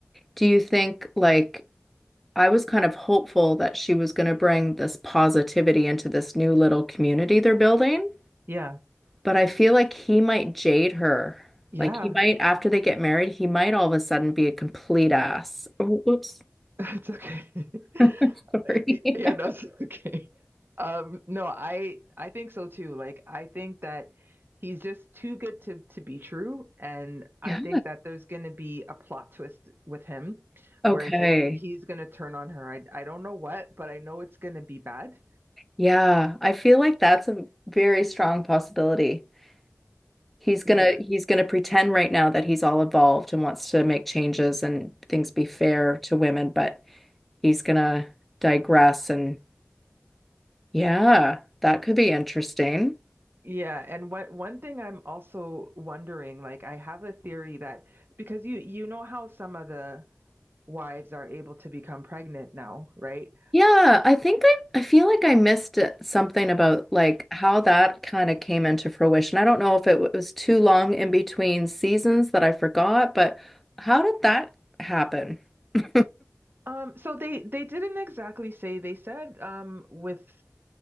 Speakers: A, in the centre; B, on the right (about 45°).
A: Do you think like I was kind of hopeful that she was going to bring this positivity into this new little community they're building,
B: Yeah,
A: but I feel like he might jade her.
B: yeah.
A: Like he might, after they get married, he might all of a sudden be a complete ass. Oh, Oops.
B: It's okay. <laughs>
A: <laughs> Sorry.
B: I- I- Yeah,
A: <laughs>
B: that's okay. Um, no, I I think so too. Like I think that he's just too good to to be true, and I
A: Yeah.
B: think that there's going to be a plot twist with him
A: Okay.
B: where he's he's going to turn on her. I I don't know what, but I know it's going to be bad.
A: Yeah, I feel like that's a very strong possibility. He's gonna
B: Yeah.
A: he's gonna pretend right now that he's all evolved and wants to make changes and things be fair to women, but he's gonna digress and Yeah, that could be interesting.
B: Yeah, and what one thing I'm also wondering, like I have a theory that because you you know how some of the wives are able to become pregnant now, right?
A: Yeah, I think I I feel like I missed it- something about like how that kind of came into fruition. I don't know if it w- was too long in between seasons that I forgot, but how did that happen? <laughs>
B: Um, so they they didn't exactly say. They said um with